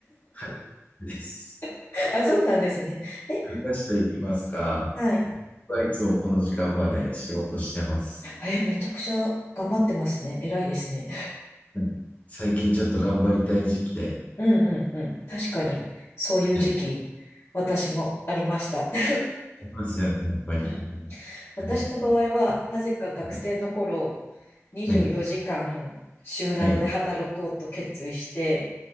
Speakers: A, on the left (about 30°); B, on the left (about 60°).
A: はい、です。
B: <laughs> あ、そうなんですね。え、
A: 昔と言いますか、
B: はい。
A: 僕はいつもこの時間まで仕事してます。
B: え、めちゃくちゃ頑張ってますね。偉いですね。
A: はい、最近ちょっと頑張りたい時期で、
B: うんうんうん。確かに、そういう時期、
A: はい。い
B: 私もありました。<laughs>
A: ますよね、やっぱり。
B: うん私の場合は、
A: はい、
B: なぜか学生の頃、
A: はい、
B: 24時間、
A: はい、
B: 週などで働こうと決意して、
A: はい。